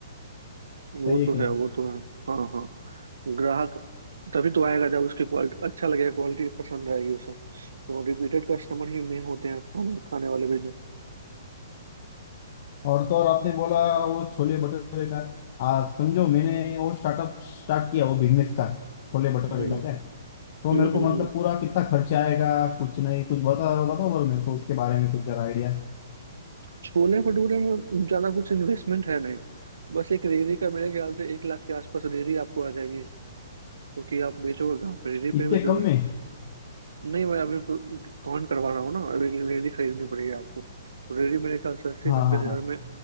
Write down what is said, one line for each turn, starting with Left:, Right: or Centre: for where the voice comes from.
Right: वो
Left: सही है
Right: तो
Left: कि नहीं
Right: है वो तो है हाँ हाँ ग्राहक तभी तो आएगा जब उसकी क्वालिटी अच्छा लगेगा क्वालिटी पसंद आएगी उसे तो रिपीटेड कस्टमर ही मेन होते हैं खाने खाने वाले बिजनेस
Left: और तो और आपने बोला वो छोले भटूरे का आ, समझो मैंने वो स्टार्टअप स्टार्ट किया वो बिजनेस का छोले भटूरे
Right: हम्म
Left: का क्या तो मेरे
Right: हम्म
Left: को
Right: हम्म
Left: मतलब
Right: हम्म।
Left: पूरा कितना खर्चा आएगा कुछ नहीं कुछ बताओ बताओ और मेरे को उसके बारे में कुछ जरा आइडिया
Right: छोले भटूरे में ज्यादा कुछ इन्वेस्टमेंट है नहीं बस एक रेहड़ी का मेरे ख्याल से एक लाख के आसपास रेहड़ी आपको आ जाएगी क्योंकि आप बेचोगे कहाँ पर रेहड़ी पे
Left: इतने
Right: ही बेचोगे
Left: कम में
Right: नहीं मैं अभी तो काउंट करवा रहा हूँ ना अभी एक रेहड़ी खरीदनी पड़ेगी आपको तो रेहड़ी मेरे ख्याल से अस्सी
Left: हाँ
Right: नब्बे
Left: हाँ
Right: हजार
Left: हाँ
Right: में